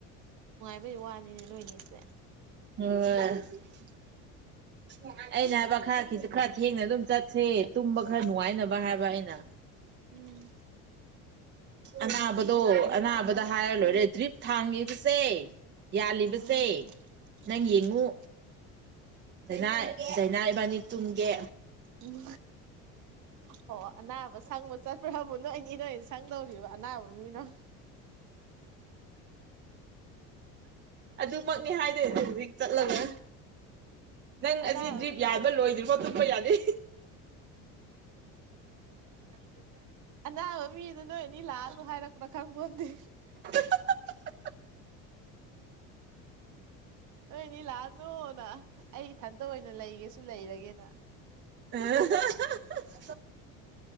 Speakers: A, on the right; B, on the right.
A: ꯕꯩ ꯋꯥꯅꯤꯅꯦ ꯅꯣꯏꯅꯤꯁꯦ
B: <unintelligible> ꯑꯩꯅ ꯍꯥꯏꯕ ꯈꯔ ꯈꯤꯇ ꯈꯔ ꯊꯦꯡꯅ ꯑꯗꯨꯝ ꯆꯠꯁꯦ ꯇꯨꯝꯕ ꯈꯔ ꯅꯨꯡꯉꯥꯏꯅꯕ ꯍꯥꯏꯕ ꯑꯩꯅ
A: ꯎꯝ
B: ꯑꯅꯥꯕꯗꯣ ꯑꯅꯥꯕꯗ ꯍꯥꯏꯔ ꯂꯣꯏꯔꯦ ꯗ꯭ꯔꯤꯞ ꯊꯥꯡꯉꯤꯕꯁꯦ ꯌꯥꯜꯂꯤꯕꯁꯦ
A: ꯎꯝ
B: ꯅꯪ
A: ꯎꯝ
B: ꯌꯦꯡꯉꯨ ꯗꯥꯏꯅꯥ ꯗꯥꯏꯅꯥ ꯏꯕꯥꯅꯤ ꯇꯨꯝꯒꯦ
A: ꯎꯝ ꯑꯣ ꯑꯅꯥꯕ ꯁꯪꯕ ꯆꯠꯄꯔꯥ <unintelligible> ꯁꯪꯗꯧꯔꯤꯕ ꯑꯅꯥꯕ ꯃꯤꯅ
B: ꯑꯗꯨ ꯃꯛ ꯍꯥꯏꯗꯣꯏ ꯍꯧꯖꯤꯛ ꯆꯠꯂꯒ ꯅꯪ
A: ꯑꯅꯥꯕ
B: ꯑꯁꯤ ꯗ꯭ꯔꯤꯞ
A: ꯃꯤꯗꯣ
B: ꯌꯥꯟ ꯕ ꯂꯣꯏꯗ꯭ꯔꯤꯕꯣ ꯇꯨꯞꯄ ꯌꯥꯗꯦ
A: <unintelligible> ꯑꯅꯥꯕ ꯃꯤꯗꯣ ꯅꯣꯏꯅꯤ ꯂꯥꯛ ꯍꯥꯏꯔꯛꯄ꯭ꯔꯥ ꯈꯪꯕꯣꯟꯗꯦ
B: ꯍꯥ ꯍꯥ ꯍꯍꯥ
A: ꯅꯣꯏꯅꯤ ꯂꯥꯛꯅꯨꯅ ꯑꯩ ꯏꯊꯟꯇ ꯑꯣꯏꯅ ꯂꯩꯒꯦꯁꯨ ꯂꯩꯔꯒꯦꯅ
B: ꯑ <unintelligible>